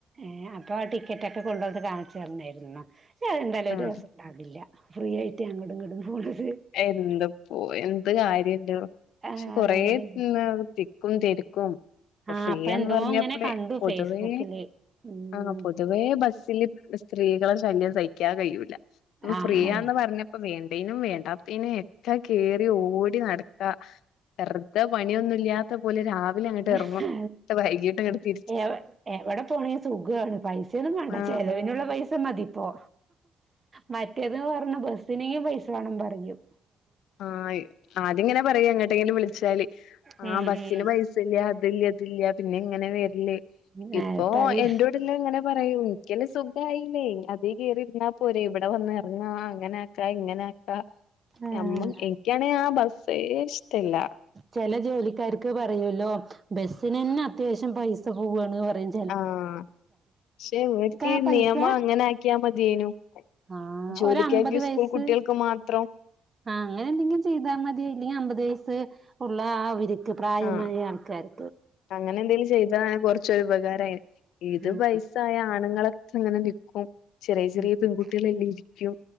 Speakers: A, on the right (about 30°); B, on the left (about 85°).
A: ഏഹ് അപ്പൊ ആ ടിക്കറ്റൊക്കെ കൊണ്ടോന്ന് കാണിച്ച് തന്നേര്ന്നു ക്ഷേ അഹ് എന്തായാലും ഒരു
B: ആഹ്
A: രസണ്ടാവില്ല ഫ്രീയായിട്ട് അങ്ങടും ഇങ്ങടും പോണത്
B: എന്ത്പ്പോ എന്ത് കാര്യല്ലൊ പക്ഷെ
A: ആഹ്
B: കൊറേ
A: അങ്ങനെ
B: <unintelligible> ക്കും തിര്ക്കും ഇപ്പ
A: ആഹ്
B: ഫ്രീയാന്ന്
A: അപ്പൊ എന്തോ
B: പറ്ഞ്ഞപ്പളെ
A: ഇങ്ങനെ കണ്ടു
B: പൊതുവേ
A: ഫേസ്ബുക്കില് ഉം
B: ആഹ് പൊതുവേ ബസ്സില് ഇവടെ സ്ത്രീകളെ ശല്യം സഹിക്കാ കയ്യൂല്ല. ഇപ്പൊ
A: ആഹ്
B: ഫ്രീയാന്ന് പറ്ഞ്ഞപ്പൊ വേണ്ടേനും വേണ്ടാ ത്തിന് എത്താ കേറി ഓടി നടക്കാ വെറുതെ പണിയൊന്നുല്ലാ ത്ത പോലെ രാവിലെ അ
A: ഹെ ഹേ
B: വൈകിട്ട് അങ്ങട്ട് തി
A: എവ് എവിടെ പോണേലും സുഖാണ് പൈസയൊന്നും വാണ്ട
B: ആ
A: ചെലവിനുള്ള പൈസ മതിപ്പോ മറ്റേതന്ന് പറ്ഞ്ഞാ ബസിനേം പൈസ വാണം പറിയും
B: ആയ് ആദ്യങ്ങനെ പറയാ എങ്ങോട്ടെങ്കിലും വിളിച്ചാല്
A: ഉം
B: ആ ബസ്സിന് പൈ സല്ല അതില്ല ഇതില്ല പിന്നെ എങ്ങനെ വെര്ല്
A: ഉം
B: ഇപ്പൊ
A: ആഹ് ഇപ്പ അത്
B: എന്റോട്ല്ലെ ഇങ്ങനെ പ റിയും ഇന്ക്കല്ലെ സുഖായില്ലേ അതേ കേറിര്ന്നാ പോരെ ഇവടെ വന്ന് എറ്ങ്ങാ അങ്ങനെ ആക്കാ ഇങ്ങനെ ആക്കാ
A: ആഹ്
B: ഞമ്മ എനിക്കാണെ ആ ബസ്സേ ഇഷ്ടല്ല
A: ചെല ജോലിക്കാര്ക്ക് പറയോല്ലോ ബസ്സിനന്നെ അത്യാവശ്യം പൈസ പോവാണ് പറിം
B: ആഹ് പക്ഷെ ഇവർക്ക് ഈ
A: ആ പൈസ
B: നിയമം അങ്ങനെ ആക്കിയാ മതിയേനു
A: ആഹ്
B: ജോലിക്കാർക്കും
A: ഒരമ്പത് വയസ്സ്
B: സ്കൂൾ കുട്ടികൾക്കും മാത്രം
A: ആഹ് അങ്ങനെ എന്തെങ്കിലും ചെയ്താൽ മതി ഇല്ലെങ്കിൽ അമ്പത് വയസ്സ് ഉള്ള അവർക്ക് പ്രായമായ
B: ആഹ്
A: ആൾക്കാര്
B: അങ്ങനെ എന്തേലും ചെയ്താ കൊ റച്ച്- കൊറച്ച് ഉപകാരമായേനെ ഇത്
A: ഉം
B: വയസ്സായ ആണുങ്ങളൊക്കെ അങ്ങനെ നിൽക്കും ചെറിയ ചെറിയ
A: ഉം
B: പെൺകുട്ടികളെല്ലാം ഇരിക്കും